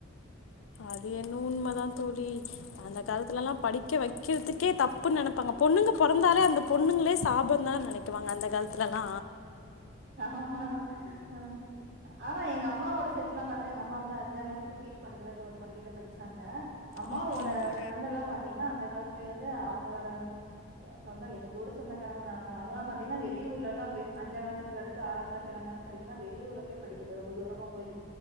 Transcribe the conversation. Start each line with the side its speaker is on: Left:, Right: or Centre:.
Left: அது என்னு உண்மைதான் தோழி அந்த அ க்காலத்துல எல்லாம் படிக்க வைக்கிறதுக்கே தப்புன்னு நினைப்பாங்க பொண்ணுங்க பிறந்தாலே அந்த பொண்ணுங்களே சாபம் தான்னு நினைக்குவாங்க அந்த காலத்துலல்லாம்
Right: ஆமா ஆ ஆனான் எங்க அம்மோட செட்டல்ல மாத்தான் எ அமா வந்து அஞ்சாம் கிளாஸ் வரைக்கும் வீட்டு பக்கத்துக்க ஒரு பள்ளியில படிச்சாங்க அம்மாவோட
Left: அப்டிங்களா
Right: ஃப்ரெண்ட எல்லாம் பாத்தீங்கன்னா அந்த காலத்துலயே வந்து அவங்களோட சொந்த எங்க தூர சொந்தக்காரங்கள தான்ங்களெல்லாம் அவங்களல்லாம் பாத்தீங்கன்னா வெளியூர்ல எல்லாம் போய் அஞ்சாங்க க்கு அடு ஆாம்கிலாஸ் ஏழாம்ங்கிலாஸ் படிக்கனுனா வெளூர்ல போய்படிக்கணும் ரொம்ப தூரமா போய்